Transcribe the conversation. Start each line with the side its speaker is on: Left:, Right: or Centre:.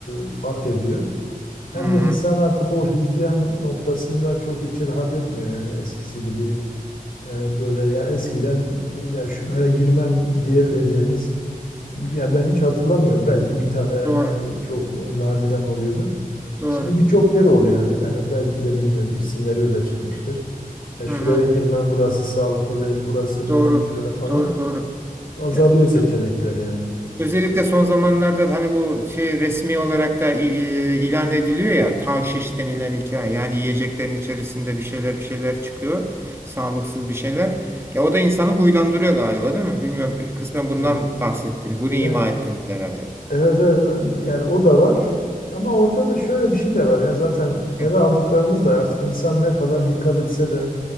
Left: e, fark ediyor. Hem
Right: Hı hı.
Left: de insan artık o hijyen noktasında çok içi rahat etmiyor yani eskisi gibi e, böyle ya eskiden ya şuraya girmem diyebileceğiniz ya ben hiç hatırlamıyorum. Belki bir tane
Right: Doğru.
Left: ay çok nadiren oluyordu.
Right: Doğru.
Left: Şimdi birçok yer oluyor hani ben belki de bilmiyorum isimleri öyle çıkmıştır. Ya şuraya
Right: Hı hı.
Left: girmem burası sağlıklı değil burası bilmem
Right: Doğru.
Left: şöyle falan.
Right: Doğru doğru.
Left: Azalıyor
Right: Ya,
Left: seçenekler yani.
Right: özellikle son zamanlarda da hani bu şey resmi olarak da i- i- ilan ediliyor ya takşiş denilen hikaye. Yani yiyeceklerin içerisinde bir şeyler bir şeyler çıkıyor. Sağlıksız bir şeyler. Ya o da insanı huylandırıyor galiba değil mi? Bilmiyorum. Kısmen bundan
Left: Evet.
Right: bahsettiğini, bunu ima
Left: Yani
Right: ettiğini herhalde.
Left: evet evet yani o da var ama orada da şöyle bir şey de var ya zaten eve
Right: Hı,
Left: aldıklarımız da artık insan ne kadar dikkat etse de